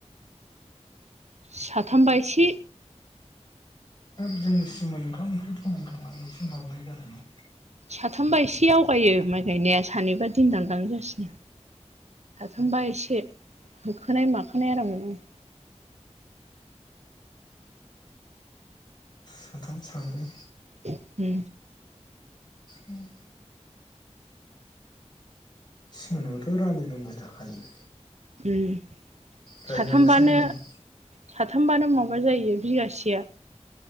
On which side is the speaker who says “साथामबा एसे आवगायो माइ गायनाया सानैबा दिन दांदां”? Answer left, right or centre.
Right